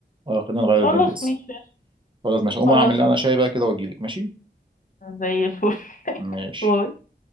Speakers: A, on the right (about 25°); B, on the left (about 45°).
A: اه خلينا نغير
B: خلاص
A: الدي ان اس
B: ماشي
A: خلاص ماشي اقوم
B: خلاص
A: اعمل اللي انا شاي بقى كده واجي لك ماشي
B: زي الفل <laughs>
A: ماشي
B: باي.